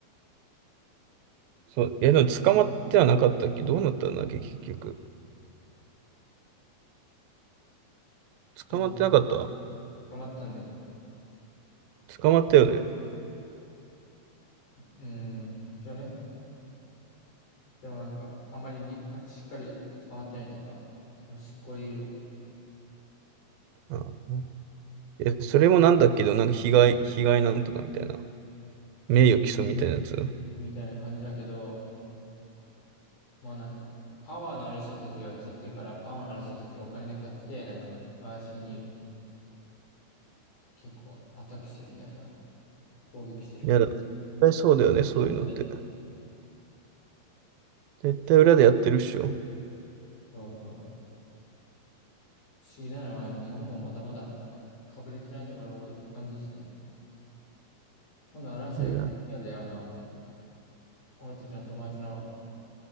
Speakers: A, on the right (about 80°); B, on the left (about 60°).
A: そう、え、でも捕まってはなかったっけどうなったんだっけ結局。
B: うん
A: 捕まってなかった
B: 捕まったんだよ。
A: 捕まったよね。
B: うん、一応ね。でもなんか、あんまりり、あ、しっかり捕まってないっていうか、その執行猶予
A: あ、え、それもなんだけど、なんか被害、被害なんとかみたいな。名誉毀損みたいなやつ。
B: みたいな感じだけど、まあなんか、パワーのある人たちがやっちゃってるから、パワーのある人たちがお金で買って、なんか、ガーシーに結構アタックしてるみたいな。攻撃してるみたい
A: いやだ、絶対そうだよね、そういうのって。
B: な。思ったよね
A: 絶対裏でやってるっしょ。
B: そうそう。不思議なのは、日本もまだまだ被れてないところが多いって感じですね。今度あれましたの嫌で、
A: いや、
B: あの、俺たちの友達の